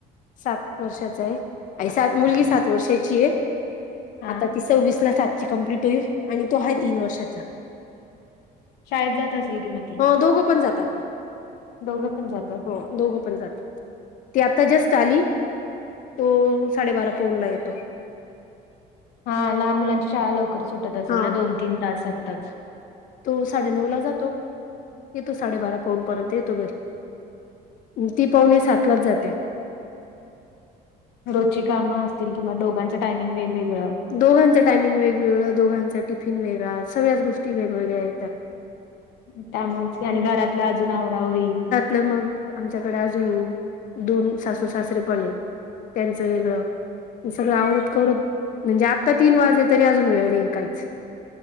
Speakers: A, on the left; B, on the left.
A: सात वर्षाचा आहे आणि सात मुलंगी सात वर्षाची आहे.
B: हा
A: आंता ती सव्वीसला सातची कंप्लीट होईलं आणि तो आहे तीनं वर्षाचा.
B: शाळेत जात असेल कि मग ती
A: हो दोघं पणं जातांत नां
B: दोघं पण जातात.
A: हो दोघं पणं जातांत. ती आंता जस्टं आलीं तो साडेबारा पोहनला येतो.
B: हां लहांन मुलांची शाळां लवकरं सुटतं असेल
A: हा
B: नां दोन तीनं तांस आमचं.
A: तो साडेनऊ लां जातो येतो साडेबारा पाऊन पर्यंत येतो घरी. ती पावणे सातलाचं जाते.
B: रोजची कामं असतील किंवा दोघांच टायमिंग वेगवेगळं
A: दोघांचं टायमिंग वेगवेगळं, दोघांचा टिफिन वेगळां, सगळ्यांचं गोष्टी वेगवेगळ्यां येतांत.
B: त्यांमुळेचं की आणि घरांतलां अजूंन आंवरा आंवरी.
A: मंग आमच्यांकडे अजूंन दोन सासू सासरे पणं आहेतं. त्यांचं वेगळं सगळं आवरतं कवरतं म्हणजे आंत्ता तीनं वाजले तरी अजूंन वेळं नाहीं कांहींच.